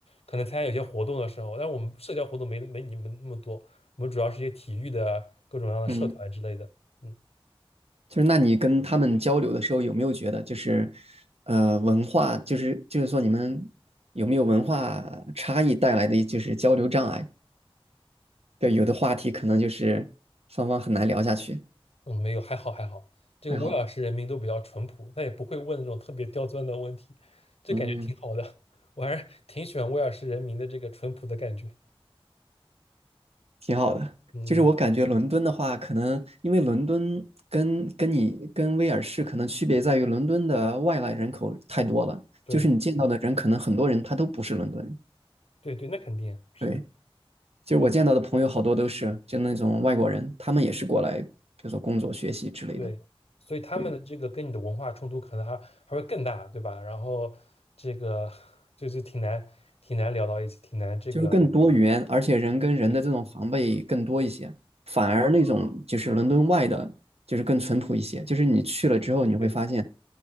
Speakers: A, on the left; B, on the right.
A: 可能参加有些活动的时候，但是我们社交活动没没你们那么多，我们主要是一些体育的各种各样的社团之类的。
B: 嗯。
A: 嗯
B: 就是那你跟他们交流的时候，有没有觉得就是，呃，文化就是就是说你们有没有文化差异带来的就是交流障碍？对，有的话题可能就是双方很难聊下去。
A: 嗯，没有，还好还好。这个威尔士人民都比较淳朴，
B: 还好，
A: 他也不会问那种特别刁钻的问题，这感觉挺好的。
B: 嗯，
A: 我还是挺喜欢威尔士人民的这个淳朴的感觉。
B: 挺好的。
A: 嗯，
B: 就是我感觉伦敦的话，可能因为伦敦跟跟你跟威尔士可能区别在于，伦敦的外来人口太多了，
A: 对
B: 就是你见到的人可能很多人他都不是伦敦人。
A: 对对，那肯定啊是的。
B: 对。就是我见到的朋友好多都是就那种外国人，
A: 嗯。
B: 他们也是过来，比如说工作、学习之类的。
A: 对，所以他们的这个跟你的文化冲突可能还还会更大，
B: 对，
A: 对吧？然后这个 <laughs> 就是挺难挺难聊到一起，挺难这个，
B: 就是更多元，而且人跟人的这种防备更多一些。
A: 对
B: 反而那种就是伦敦外的，就是更淳朴一些。就是你去了之后，你会发现，
A: 对，